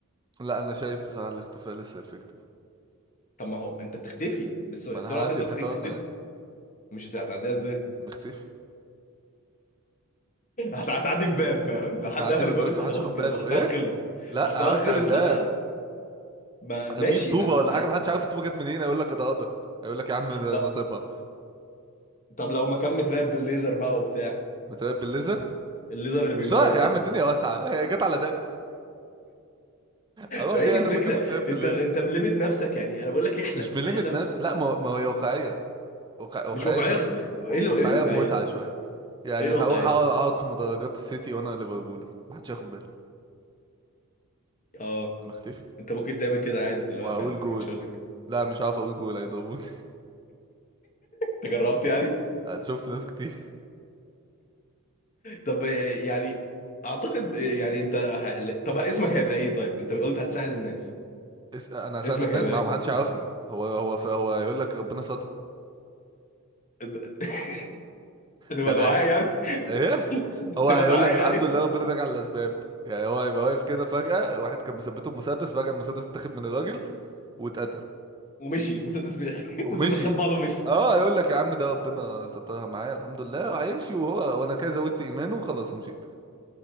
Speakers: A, on the right; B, on the left.
A: لا انا شايف بصراحة الاختفاء لسه افكتيف
B: طب ما هو انت بتختفي بالس-
A: ما
B: السرعه
A: انا هعدي
B: تقدر
A: الحيطان
B: تخليك تختفي
A: عادي
B: مش هت- هتعديها ازاي
A: مختفي
B: <laughs> هت- هتعدي بباب فاهم لو حد
A: هعدي
B: قفل
A: من
B: الباب
A: الباب بس
B: انت
A: محدش
B: خلاص
A: واخد
B: كده
A: باله
B: محتواك
A: ايه
B: خلص
A: لا
B: محتواك
A: هفتح
B: خلص
A: الباب
B: لو حد ما ماشي
A: ارميه بطوبة
B: ما
A: ولا حاجة
B: أ-
A: محدش عارف الطوبة جت منين هيقول لك ده قدر هيقول لك يا عم ده
B: طب
A: نصيبها
B: طب لو ما كان متراقب بالليزر بقى وبتاع
A: متراقب بالليزر
B: الليزر اللي
A: مش
B: بيموت
A: رايح
B: ده
A: يا عم الدنيا واسعة <laughs> هي جت على ده اروح
B: ما
A: ليه
B: هي دي الفكره
A: انا مكان متراقب في
B: انت
A: الليزر
B: انت ملمت نفسك يعني انا بقول لك احلم
A: مش ملمت
B: احلم
A: نفسي لا ما ما هي واقعية واقع- واقعية
B: مش واقعيه
A: شوية
B: خ-
A: م-
B: ايه
A: واقعية
B: له ايه الواقعيه
A: بمتعة شوية يعني
B: ايه الواقعيه
A: هروح أقع- اقعد في مدرجات السيتي وانا ليفربولي محدش ياخد باله
B: اه
A: انا اختفي
B: انت ممكن تعمل كده عادي دلوقتي
A: وهقول
B: على فكره
A: جول
B: محدش يقول لك حاجه
A: لا مش عارف اقول جول هيضربوني
B: انت جربت يعني
A: <laughs> أنا شفت ناس كتير
B: طب يعني اعتقد يعني انت ه... طب اسمك هيبقى ايه طيب انت قلت هتساعد الناس
A: اس- انا هساعد
B: اسمك
A: الناس
B: هيبقى
A: ما
B: ايه
A: هو محدش يعرفني هو هو ف... هو هيقول لك ربنا ستر
B: ب- <laughs> تبقى
A: يعني
B: دعاء
A: هي...
B: يعني
A: ايه
B: <laughs>
A: هو
B: تبقى
A: هيقول
B: دعاء
A: لك الحمد
B: يعني
A: لله ربنا بيجعل الاسباب يعني هو هيبقى واقف كده فجأة واحد كان مثبته بمسدس فجأة المسدس اتاخد من الراجل واتقتل
B: ومشي المسدس بي... <laughs>
A: ومشي
B: المسدس خد بعضه ومشي
A: اه يقول لك يا عم ده ربنا سترها معايا الحمد لله وهيمشي وهو وانا كده زودت ايمانه وخلاص ومشيت